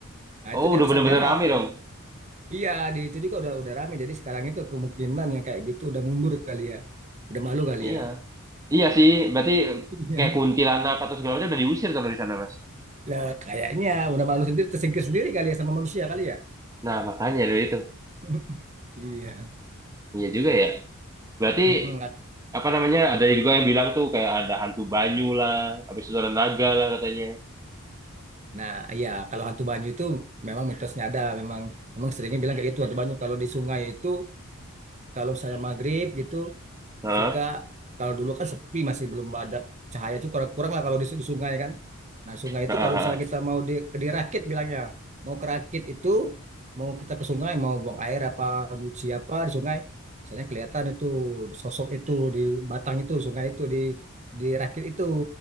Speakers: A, on the right (about 35°); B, on the right (about 15°).
A: Nah itu
B: Oh,
A: di
B: udah
A: atas
B: bener-bener
A: daerah.
B: rame dong.
A: Iya di itu juga udah udah rame. Jadi sekarang itu kemungkinan yang kayak gitu udah mundur kali ya, udah malu kali
B: Iya.
A: ya.
B: Iya sih, berarti
A: <laughs> Iya.
B: kayak kuntilanak atau segala macam udah diusir tuh dari sana, Mas.
A: Nah, kayaknya udah malu sendiri, tersingkir sendiri kali ya sama manusia kali ya.
B: Nah, makanya dari itu.
A: <laughs> Iya.
B: Iya juga ya. Berarti
A: Mm-mm.
B: apa namanya ada juga yang bilang tuh kayak ada hantu banyu lah habis itu ada naga lah katanya
A: Nah, iya kalau hantu banyu itu memang mitosnya ada, memang memang seringnya bilang kayak gitu hantu banyu kalau di sungai itu kalau saya maghrib gitu
B: Hah?
A: suka kalau dulu kan sepi masih belum ada cahaya itu kurang-kurang lah kalau di, di sungai kan. Nah sungai
B: Ah,
A: itu
B: ah,
A: kalau misalnya
B: ah.
A: kita mau di, ke- dirakit bilangnya mau kerakit itu mau kita ke sungai mau buang air apa nyuci apa di sungai, misalnya kelihatan itu sosok itu di batang itu sungai itu di dirakit itu.